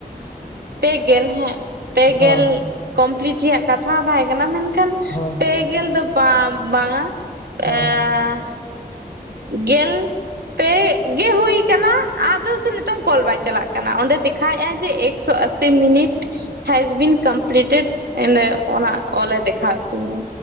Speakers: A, on the right; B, on the left.
A: ᱯᱮᱜᱮᱞ ᱦᱮᱸ ᱯᱮᱜᱮᱞ
B: ᱦᱳᱭ
A: ᱠᱚᱢᱯᱞᱤᱴ ᱨᱮᱭᱟᱜ ᱠᱟᱛᱷᱟ ᱛᱟᱦᱮᱸ ᱠᱟᱱᱟ ᱢᱮᱱᱠᱷᱟᱱ
B: ᱦᱳᱭ
A: ᱯᱮᱜᱮᱞ ᱫᱚ ᱵᱟᱝ ᱵᱟᱝᱟ
B: ᱦᱳᱭ
A: ᱮᱸᱻ ᱜᱮᱞ ᱯᱮ ᱜᱮ ᱦᱩᱭ ᱠᱟᱱᱟ ᱟᱫᱚ ᱥᱮ ᱱᱤᱛᱚᱝ ᱠᱚᱞ ᱵᱟᱭ ᱪᱟᱞᱟᱜ ᱠᱟᱱᱟ, ᱚᱸᱰᱮ ᱫᱮᱠᱷᱟᱣᱮᱜ-ᱟ ᱡᱮ ᱮᱠᱥᱳ ᱟᱥᱤ ᱢᱤᱱᱤᱴ ᱦᱮᱡ ᱵᱤᱱ ᱠᱚᱢᱯᱞᱤᱴᱮᱰ ᱮᱸᱰᱮ ᱚᱱᱟ ᱚᱞᱮ ᱫᱮᱠᱷᱟᱣᱮᱜ ᱛᱤᱧᱟᱹ᱾